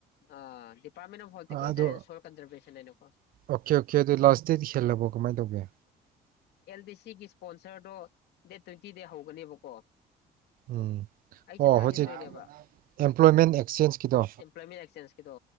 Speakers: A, on the left; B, on the right.
A: ꯑꯥ ꯄꯥꯃꯤꯅꯦ ꯍꯣꯔꯇꯤꯀꯜꯆꯔ
B: ꯑꯗꯣ
A: ꯑꯦꯟ ꯁꯣꯔꯀꯟꯖꯔꯚꯦꯁꯟ <unintelligible>
B: ꯑꯣꯀꯦ ꯑꯣꯀꯦ ꯑꯗꯨ ꯂꯥꯁ ꯗꯦꯠ ꯍꯦꯜꯂꯕꯣ ꯀꯃꯥꯏꯅ ꯇꯧꯒꯦ
A: ꯚꯤꯁꯤꯒꯤ ꯏꯁꯄꯣꯟꯁꯔꯗꯣ ꯗꯦꯠ ꯇ꯭ꯋꯦꯟꯇꯤꯗ ꯍꯧꯒꯅꯦꯕꯀꯣ
B: ꯎꯝ
A: ꯑꯩꯁꯨ
B: ꯑꯣ
A: ꯊꯥꯖꯤꯟꯗꯣꯏꯅꯦꯕ
B: ꯍꯧꯖꯤꯛ ꯑꯦꯝꯄ꯭ꯂꯣꯏꯃꯦꯟ ꯑꯦꯛꯆꯦꯟꯁꯀꯤꯗꯣ
A: ꯑꯦꯝꯄ꯭ꯂꯣꯏꯃꯦꯟ ꯑꯦꯛꯆꯦꯟꯁꯀꯤꯗꯣ